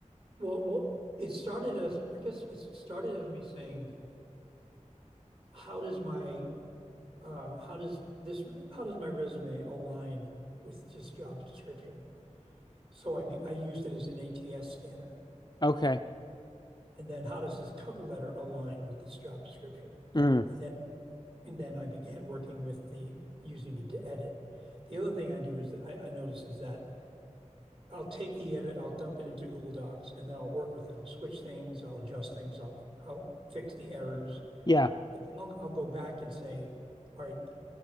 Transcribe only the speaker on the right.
Well, what it started as I guess it started as me saying, how does my uh how does this how does my resume align with this job's description? So I be, I used it as an ATS scanner.
And then how does this cover letter align with this job description?
And then And then I began working with the using it to edit. The other thing I do is that I, I notice is that I'll take the edit, I'll dump it into Google Docs, and then I'll work with it. I'll switch things, I'll adjust things, I'll I'll fix the errors,
but then I'll I'll go back and say, all right,